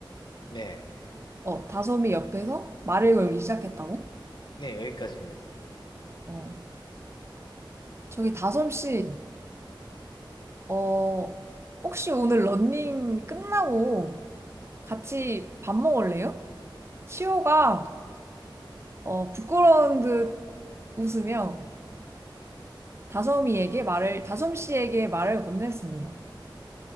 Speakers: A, on the left (about 60°); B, on the right (about 30°).
A: 네,
B: 어, 다솜이 옆에서 말을 걸기 시작했다고?
A: 네, 여기까지입니다.
B: 어, 저기 다솜 씨, 어, 혹시 오늘 런닝 끝나고 같이 밥 먹을래요? 시호가 어, 부끄러운 듯 웃으며 다솜이에게 말을, 다솜 씨에게 말을 건넸습니다.